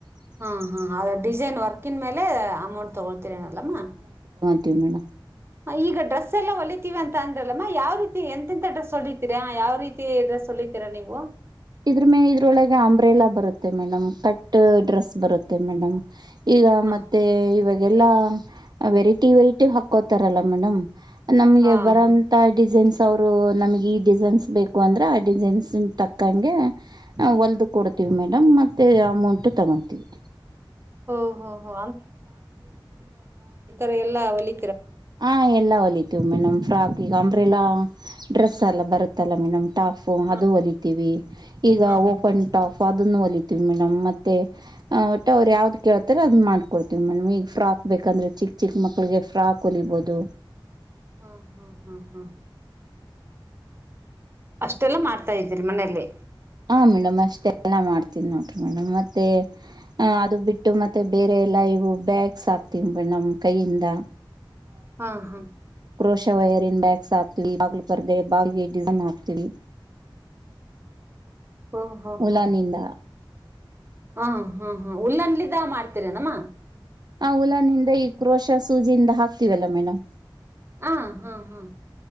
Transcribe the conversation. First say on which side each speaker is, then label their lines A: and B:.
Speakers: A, on the right; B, on the right.
A: ಹಾ ಹಾ ಅದ ಡಿಸೈನ್ ವರ್ಕನ್ ಮೇಲೆ ಅಮೌಂಟ್ ತಗೊಳ್ತೀರನಲ್ಲಮ್ಮ
B: ಮೇಡಂ
A: ಈಗ ಡ್ರೆಸ್ ಎಲ್ಲ ಹೊಲಿತೀವಿ ಅಂತ ಅಂದ್ರಲ್ಲಮ್ಮ ಯಾವ ರೀತಿ ಎಂತೆಂತ ಡ್ರೆಸ್ ಹೊಲಿತೀರಾ ಯಾವ ರೀತಿ ಸಲಿತೀರಾ ನೀವು
B: ಇದ್ರ ಮೇ ಇದ್ರೊಳಗೆ ಅಂಬ್ರೆಲಾ ಬರುತ್ತೆ ಮೇಡಮ್ ಕಟ್ ಡ್ರೆಸ್ ಬರುತ್ತೆ ಮೇಡಮ್ ಈಗ
A: ಹಾ
B: ಮತ್ತೆ ಇವಾಗೆಲ್ಲಾ ವೆರೈಟಿ ವೆರೈಟಿ ಹಾಕೋತಾರಲ್ಲ ಮೇಡಮ್ ನಮ್ಗೆ
A: ಹಾ
B: ಬರಂತ
A: ಹಾ
B: ಡಿಸೈನ್ಸ್ ಅವ್ರು ನಮ್ಗೆ ಈ ಡಿಸೈನ್ಸ್ ಬೇಕು ಅಂದ್ರೆ ಆ ಡಿಸೈನ್ಸ್ ತಕ್ ಂಗೆ ಹೊಲದು ಕೊಡ್ತೀವಿ ಮೇಡಮ್ ಮತ್ತೆ ಅಮೌಂಟ್ ತಗೊಂತೀವಿ
A: ಓ ಹೋ ಹೋ ರ ಎಲ್ಲ ಅವಲಿ
B: ಹ ಎಲ್ಲ ಹೊಲಿತವಿ ಮೇಡಮ್ ಫ್ರಾಕ್ ಈಗ ಅಂಬ್ರೇಲಾ ಡ್ರೆಸ್ ಎಲ್ಲ ಬರುತ್ತಲ್ಲ ಮೇಡಮ್ ಟಾಫು
A: ಹಾ
B: ಅದು ಒಲಿತೀವಿ ಈಗ
A: ಹಾ
B: ಓಪನ್ ಟಾಫ್ ಅ ಹೊಲಿತೀವಿ ಮೇಡಮ್ ಮತ್ತೆ ಒಟ್ಟು ಅವ್ರು ಯಾವ್ದ್ ಕೇಳ್ತಾರೆ ಅದನ್ನ ಮಾಡ್ಕೊಡ್ತವಿ ಮೇಡಮ್ ಈಗ ಫಾಕ್ ಬೇಕ ಯಾಕಂದ್ರೆ ಚಿಕ್ಕ ಚಿಕ್ಕ ಮಕ್ಳಿಗೆ ಫ್ರಾಕ್ ಹೊಲಿಬೋುದು
A: ಹ ಹ ಹ ಹಾ ಅಷ್ಟೆಲ್ಲ ಮಾಡ್ತಾ ಇದ್ದೀರಿ ಮನೇೆಯಲ್ಲಿ
B: ಹಾ ಮೇಡಮ್ ಅಷ್ಟೆಲ್ಲ ಮಾಡ್ತಿ ನೋಡ್ರಿ ಮೇಡಮ್ ಮತ್ತೆ ಅದು ಬಿಟ್ಟು ಮತ್ತೆ ಬೇರೆ ಎಲ್ಲ ಇ ಬ್ಯಾಗ್ ಸಾಕ್ತಿಂಬ ನಮ್ಮ ಕೈಯಿಂದ
A: ಹಾ ಹಾ
B: ಕ್ರೋಶ ವೈರಿ ಇನ್ ಬ್ಯಾಗ್ಸ್ ಹಾಕ್ತವಿ ಬಾಗಿಲು ಪರ್ದೆ ಬಾಗ್ಲಿಗೆ ಡಿಸೈನ್ ಹಾಕ್ತಿೀವಿ
A: ಹ ಹ ಹ
B: ಉಲಾನಿಂದ
A: ಹಾ ಹ ಹಾ ಹಾ್ ಉಲ್ಲನ್ಲಿದ ಮಾಡ್ತೀರನಮ್ಮ
B: ನಾವುುಲನಿಂದ ಈ ಕ್ರೋಶ ಸೂಜಿಯಿಂದ ಹಾಕ್ತೀವಲ್ಲ ಮೇಡಮ್
A: ಹ ಹಾ ಹಾ